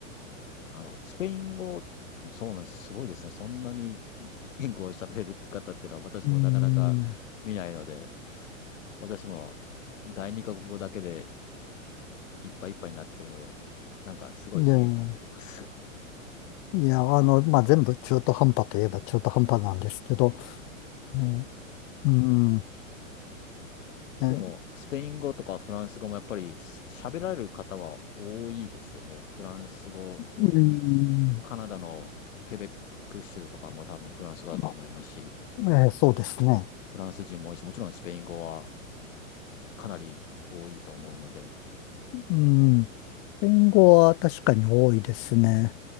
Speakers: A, on the left; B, on the left.
A: なるほど。スペイン語、そうなんです。すごいですね。そんなに言語を喋れるって方っていうのは私もなかなか見ないので、
B: うーん。
A: 私も第二カ国語だけでいっぱいいっぱいになってるので、なんかすごい刺激を受けてます。
B: でも、いや、あの、まあ、全部中途半端といえば中途半端なんですけど、えーうーん、
A: <laughs>
B: えー
A: でも、スペイン語とかフランス語もやっぱり喋られる方は多いですよね。フランス語を見
B: うーん、
A: カナダのケベック州とかも多分フランス語だと思いますし、
B: まあえーそうですね。
A: フランス人も多いし、もちろんスペイン語はかなり多いと思うので、
B: うーん。スペイン語は確かに多いですね。